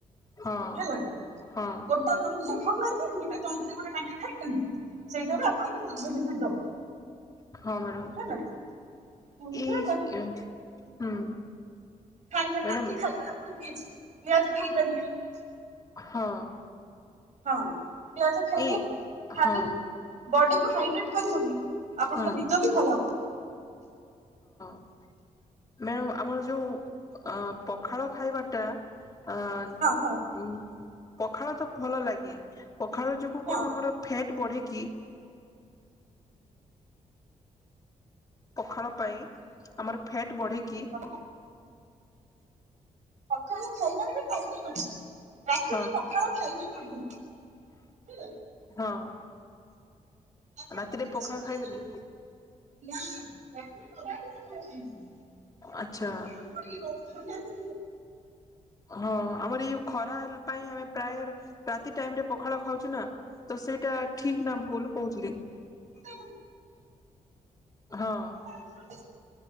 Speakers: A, on the left; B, on the right.
A: ହଁ
B: ହେଲା
A: ହଁ
B: ଗୋଟେ ତରଭୁଜ ଖାଉନାହାଁ ଗୋଟା ତରଭୂଜ ଗୋଟେ କାଟିକି ଖାଇ ଦିଅନ୍ତୁ ସେଇଟା ବି ଆପଣଙ୍କୁ ବୋହୁତ ବେନିଫିଟ୍ ଦବ।
A: ହଁ ମେଡ଼ମ
B: ହେଲା ଏମିତିଆ
A: ଏଚ୍ ଏଇ ହୁଁ।
B: ଖାଇବ
A: ମ୍ୟାଡ଼ାମ
B: ରାତି ଖାଇବା ଆପଣ ପ୍ଲିଜ୍ ପିଆଜ ଖାଇପାରିବେ
A: ହଁ
B: ହଁ। ପିଆଜ ଖାଇଲେ
A: ଏଇ
B: ଖାଲି
A: ହଁ
B: ବଡ଼ି କୁ ହାଇଡ୍ରେଟ୍ କରିବନି ଆପଣଙ୍କ
A: ହଁ
B: ନିଦ ବି ଭଲ ହବ।
A: ମ୍ୟାମ୍ ଆମର ଯୋଉ ଅ ପଖାଳ ଖାଇବାଟା ଆ ତି
B: ହଁ
A: ପଖାଳ ତ ଭଲ ଲାଗେ ପଖାଳ ଯୋଗୁ
B: ହଁ
A: କଣ ଆମର ଫ୍ୟାଟ ବଢେ କିି? ପଖାଳ ପାଇଁ ଆମର ଫ୍ୟାଟ ବଢେ କିି
B: <unintelligible> ପଖାଳ ଖାଇବାର ବି ଟାଇମିଂ ଅଛି ରାତିରେ
A: ହଁ
B: ପଖାଳ ଖାଇବେ ନାହିଁ। ହ୍ୟାଲୋ
A: ହଁ
B: ଆପଣ
A: ରାତିରେ ପଖାଳ
B: ସକାଳୁ
A: ଖାଇବେନି
B: ନା ରାତିରେ କଦାପି ପଖାଳ ଖାଇବେନି
A: ଆଛା।
B: ଥଣ୍ଡା ପଡିବ ମୋଟା
A: ହଁ ଆମର ଏଇ ଖରା ପାଇଁ ଆମେ ପ୍ରାୟ ରାତି ଟାଇମ ରେ ପଖାଳ ଖାଉଛୁ ନା ତ ସେଇଟା ଠିକ ନା ଭୁଲ କହୁଥିଲି
B: ମୋଟା
A: ହଁ।
B: ହେଇଯିବେ